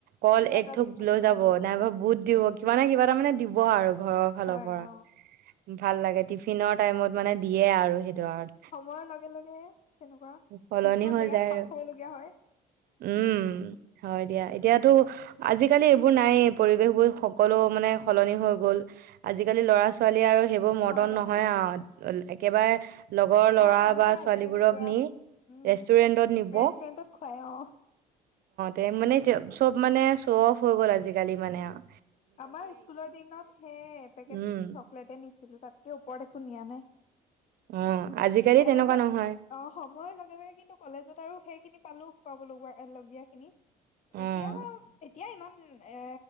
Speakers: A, on the right (about 65°); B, on the left (about 45°).
A: কল
B: কিবা
A: একথোক
B: এটা দি পঠিয়াই
A: লৈ যাব
B: অ
A: নাইবা বুট দিব কিবা নহয় কিবা মানে দিব উপহাৰ ঘৰৰ ফালৰ
B: হয়
A: পৰা
B: অ
A: ভাল লাগে টিফিনৰ টাইমত মানে দিয়ে আৰু সেইটো আৰু
B: সময়ৰ লগে লগে তেনেকুৱা
A: সলনি
B: কিছুমান
A: হৈ
B: জেগাত
A: যায়
B: খাপ
A: আৰু
B: খাবলগীয়া হয়
A: উম হয় দিয়া। এতিয়াতো আজিকালি এইবোৰ নাইেই পৰিৱেশবোৰ সকলো মানে সলনি হৈ গ'ল আজিকালি ল'ৰা ছোৱালী আৰু সেইবোৰ মডন
B: হয় বাৰু
A: নহয় আ একেবাৰে লগৰ ল'ৰা
B: অ তাহাঁতৰ
A: বা ছোৱালীবোৰক
B: আজিকালি পুৰা
A: নি
B: উম
A: ৰেষ্টুৰেন্টত নিব
B: ৰেষ্টুৰেন্টত
A: অ
B: খুৱাই অ
A: তে মানে চব মানে শ্বফ হৈ গ'ল আজিকালি মানে আৰু
B: আমাৰ স্কুলৰ দিনত হে এপেকেট
A: উম,
B: চকলেটে নিছ- ছিলো তাতকে ওপৰত একো নিয়া নাই।
A: অ' আজিকালি
B: কলেজত
A: তেনেকুৱা নহয়।
B: অ সময়ৰ লগে লগে কিন্তু কলেজত আৰু সেইখিনি পালো। খুৱাব লগোৱা এ লগীয়া খিনি
A: অ'
B: এতিয়া এতিয়া ইমান এ